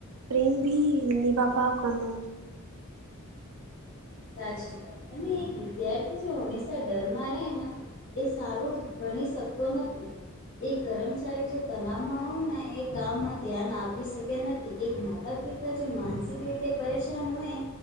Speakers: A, on the right (about 75°); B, on the left (about 55°).
A: પ્રેમ ભી નિવા ભાવ કરનો,
B: સાચીવાત અને એક વિદ્યાર્થી જો હંમેશા ડરમાં રહે ને, એ સારું ભણી શકતો નથી, એક કર્મચારી જો તલાવમાં હોને એ ગામમાં ધ્યાન આપી શક્યા નથી એક માતા- પિતા. જે માનસિક રીતે પરેશાન હોય